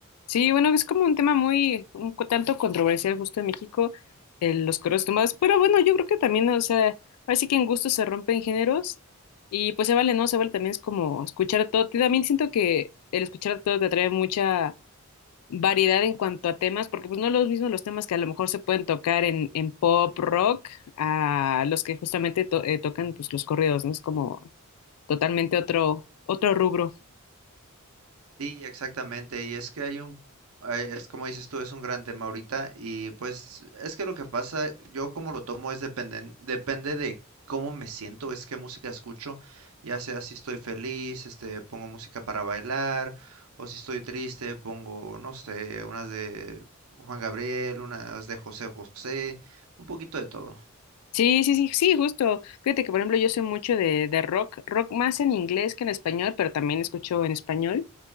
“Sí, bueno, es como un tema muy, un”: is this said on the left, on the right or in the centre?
Left